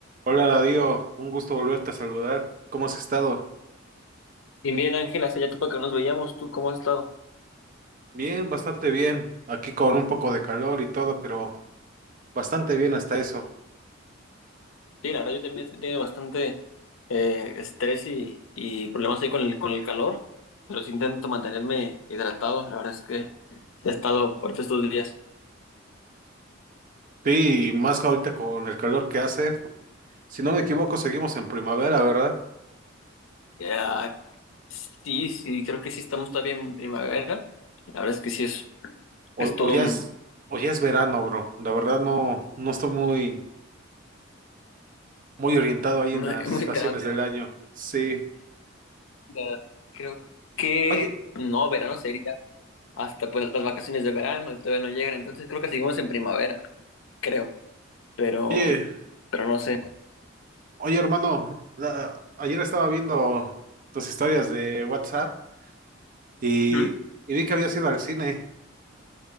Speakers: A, on the right; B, on the left.
A: Hola Darío, un gusto volverte a saludar. ¿Cómo has estado?
B: Y bien, Ángela, hace ya tiempo que nos veíamos, ¿tú cómo has estado?
A: Bien, bastante bien. Aquí con un poco de calor y todo, pero bastante bien hasta eso.
B: Sí, la verdad yo también he tenido bastante eh, estrés y, y problemas ahí con el, con el calor, pero sí intento mantenerme hidratado, la verdad es que sí he estado fuerte estos días.
A: Sí, y más ahorita con el calor que hace. Si no me equivoco, seguimos en primavera, ¿verdad?
B: Ya, sí, sí, creo que sí estamos todavía en primavera, la verdad es que sí es,
A: O,
B: es todo
A: o ya
B: un...
A: es, o ya es verano, bro. La verdad no, no estoy muy, muy orientado ahí
B: un-
A: en las
B: muy
A: estaciones
B: enterado.
A: del año. Sí.
B: Ya, Creo que
A: Oye,
B: no, verano sería hasta pues las vacaciones de verano y todavía no llegan, entonces creo que seguimos en primavera, creo. pero,
A: oye,
B: pero no sé.
A: oye, hermano, la- ayer estaba viendo tus historias de WhatsApp y,
B: Ujú.
A: y vi que habías ido al cine.